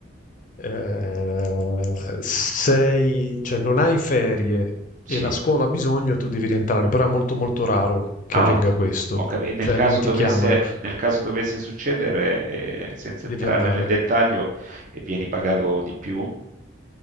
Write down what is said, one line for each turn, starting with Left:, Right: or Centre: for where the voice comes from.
Left: eh, sei, cioè non hai ferie
Right: sì,
Left: e la scuola ha bisogno, tu devi rientrare, però è molto molto raro che
Right: Ah,
Left: avvenga questo,
Right: ho capi- E nel
Left: cioè
Right: caso
Left: non ti
Right: dovesse,
Left: chiamano,
Right: nel caso dovesse succedere, eh, senza
Left: devi
Right: entrare
Left: andare.
Right: nel dettaglio, e vieni pagato di più?